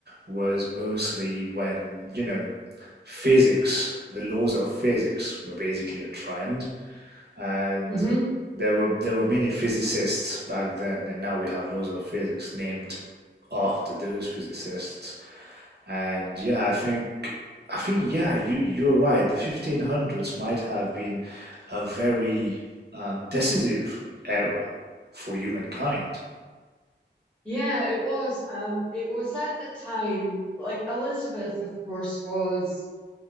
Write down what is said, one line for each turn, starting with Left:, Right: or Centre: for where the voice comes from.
Right: was mostly when, you know, physics, the laws of physics were basically a trend and
Centre: Mhm.
Right: there were there were many physicists back then, and now we have laws of physics named after those physicists. And yeah, I think I think yeah, you you're right. The 1500s might have been a very um, decisive era for humankind.
Centre: Yeah, it was. Um, it was at the time, like Elizabeth, of course, was